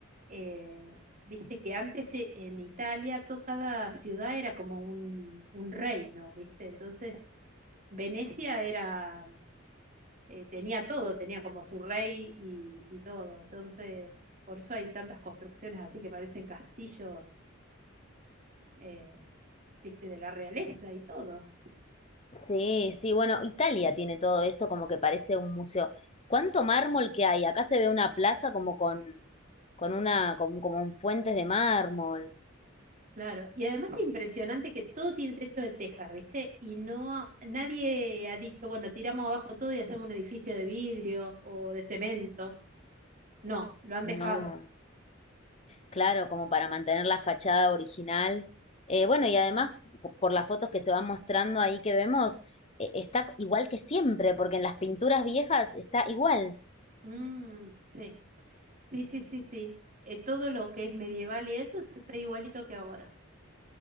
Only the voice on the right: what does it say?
eh, viste que antes eh, en Italia to- cada ciudad era como un, un reino, viste. Entonces Venecia era, eh, tenía todo, tenía como su rey y, y todo. Entonces, por eso hay tantas construcciones así que parecen castillos, eh, viste, de la realeza y todo.
Claro, y además es impresionante que todo tiene techo de tejas, ¿viste? Y no ha- nadie ha dicho, bueno, tiramos abajo todo y hacemos un edificio de vidrio o de cemento. No, lo han
dejado.
Mm, sí, sí, sí, sí, sí. Eh, todo lo que es medieval y eso está está igualito que ahora.